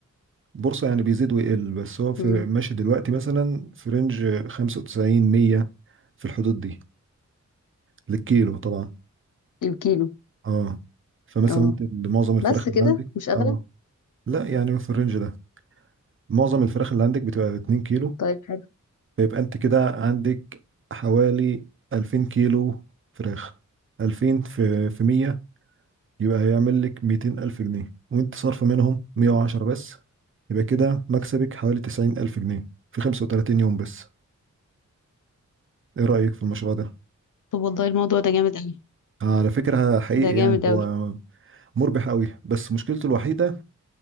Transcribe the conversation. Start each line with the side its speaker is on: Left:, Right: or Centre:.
Right: بورصة يعني بيزيد ويقل بس هو في
Left: امم
Right: ماشي دلوقتي مثلا في رينج 95 100 في الحدود دي للكيلو طبعا
Left: الكيلو
Right: اه فمثلا
Left: اه
Right: انت معظم الفراخ
Left: بس كده
Right: اللي عندك
Left: مش اغلى
Right: اه لا يعني في الرينج ده معظم الفراخ اللي عندك بتبقى 2 كيلو
Left: طيب حلو
Right: فيبقى انت كده عندك حوالي 2000 كيلو فراخ 2000 في في 100 يبقى هيعمل لك 200 ألف جنيه وانت صارفة منهم 110
Left: م-
Right: بس يبقى كده مكسبك حوالي 90 ألف جنيه في 35 يوم بس ايه رأيك في المشروع ده؟
Left: طب والله الموضوع ده جامد قوي
Right: على فكرة حقيقي
Left: ده جامد
Right: يعني
Left: قوي
Right: هو مربح قوي بس مشكلته الوحيدة